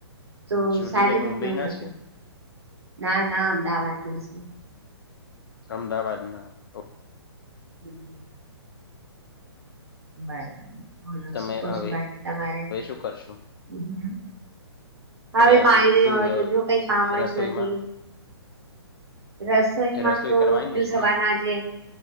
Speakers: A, on the right; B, on the left.
A: તો
B: હમ જુલીબેન
A: સારી રીતના
B: મુંબઈ ના
A: હતું.
B: છે
A: ના, ના અમદાવાદના સીએ.
B: અમદાવાદના, ઓ
A: હમ્મ. બરોબર. બોલો
B: તમે
A: શું કહો
B: હવે
A: છો બાકી તમારે?
B: હવે શું કરશો
A: હમ્મ. હવે
B: આજે
A: કાઈ નહી,
B: શું
A: હવે તો
B: અ,
A: જો કઈ કામ
B: રસોઈમાં
A: જ નથી. રસોઈમાં
B: રસોઈ
A: તો
B: કરવાની
A: ચૂસવાના
B: હશે ને
A: છે